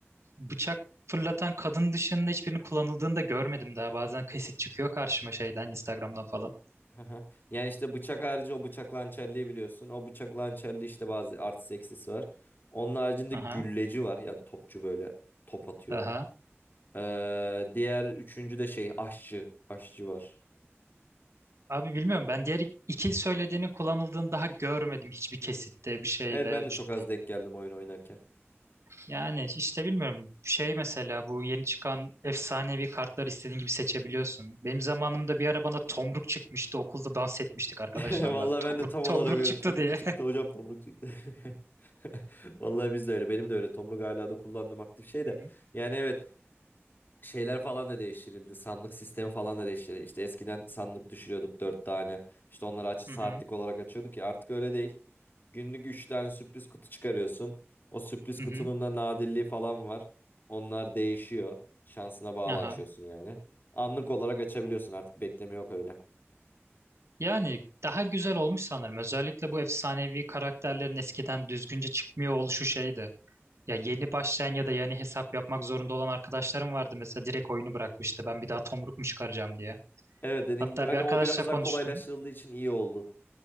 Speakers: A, on the right; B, on the left.
A: Bıçak fırlatan kadın dışında hiçbirini kullanıldığını da görmedim daha. Bazen kesit çıkıyor karşıma şeyden Instagram'dan falan.
B: Hı Yani işte bıçak harici o bıçak hançerliği biliyorsun. O bıçak hançerliği işte bazı artı eksisi var. Onun haricinde
A: Aha.
B: gülleci var. Yani topçu böyle top atıyor.
A: Aha.
B: Ee, diğer üçüncü de şey aşçı. Aşçı var.
A: Abi bilmiyorum ben diğer iki söylediğinin kullanıldığını daha görmedim hiçbir kesitte bir şeyde.
B: Evet
A: Ç-
B: ben de çok az denk geldim oyun oynarken.
A: Yani işte bilmiyorum şey mesela bu yeni çıkan efsanevi kartları istediğin gibi seçebiliyorsun. Benim zamanımda bir ara bana tomruk çıkmıştı okulda dans etmiştik arkadaşlarla.
B: <laughs> Vallahi
A: Tomruk,
B: ben de tam olarak
A: tomruk
B: öyle.
A: çıktı
B: Tomruk
A: diye.
B: çıktı hocam tomruk çıktı. <laughs> Vallahi biz de öyle. Benim de öyle. Tomruk hala da kullandığım aktif şey
A: <laughs>
B: de.
A: Hı hı.
B: Yani evet şeyler falan da değiştirildi. Sandık sistemi falan da değiştirildi. İşte eskiden sandık düşürüyorduk dört tane. İşte onları aç saatlik
A: Hı hı.
B: olarak açıyorduk ya artık öyle değil. Günlük üç tane sürpriz kutu çıkarıyorsun. O sürpriz
A: Hı
B: kutunun
A: hı.
B: da nadirliği falan var. Onlar değişiyor. Şansına bağlı
A: Aha.
B: açıyorsun yani. Anlık olarak açabiliyorsun artık bekleme yok öyle.
A: Yani daha güzel olmuş sanırım. Özellikle bu efsanevi karakterlerin eskiden düzgünce çıkmıyor oluşu şeydi. Ya yeni başlayan ya da yani hesap yapmak zorunda olan arkadaşlarım vardı mesela direkt oyunu bırakmıştı ben bir daha tomruk mu çıkaracağım diye.
B: Evet dediğim
A: Hatta
B: gibi hani
A: bir arkadaşla
B: o biraz
A: konuştum.
B: daha kolaylaştırıldığı için iyi oldu.